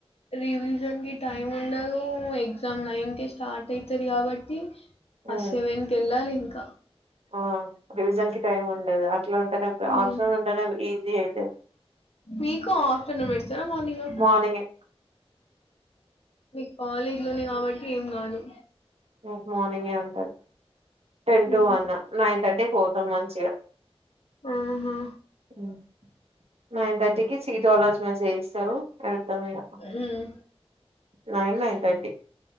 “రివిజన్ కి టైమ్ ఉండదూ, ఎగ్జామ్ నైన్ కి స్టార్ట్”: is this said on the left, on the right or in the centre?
Left